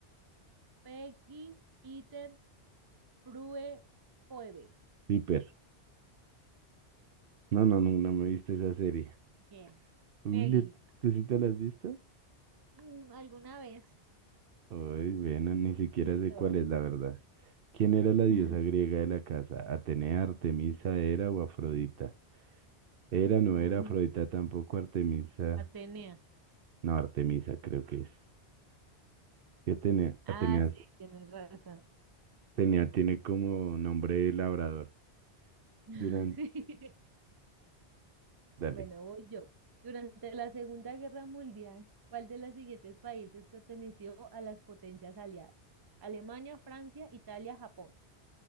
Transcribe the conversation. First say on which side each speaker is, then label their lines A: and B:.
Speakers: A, on the right; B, on the right.
A: Peggy, Peter, Prue, Phoebe.
B: Viper. No, no, no, no me he visto esa serie.
A: Bien,
B: Uy,
A: Peggy.
B: ¿le- ¿tú sí te la has visto?
A: Mm, ¿Alguna vez?
B: Uy, bueno, ni siquiera
A: Listo.
B: sé cuál es la verdad. ¿Quién era la diosa
A: <laughs>
B: griega de la casa? ¿Atenea, Artemisa, Hera o Afrodita? Hera no
A: Uy,
B: era Afrodita tampoco, Artemisa.
A: Atenea.
B: No, Artemisa creo que es. ¿Qué Atenea?
A: Ah,
B: Atenea,
A: sí, tienes razón.
B: Atenea tiene como nombre de labrador.
A: <laughs>
B: Durante,
A: Sí.
B: dale.
A: Bueno, voy yo. Durante la Segunda Guerra Mundial, ¿cuál de los siguientes países perteneció a las potencias aliadas? Alemania, Francia, Italia, Japón.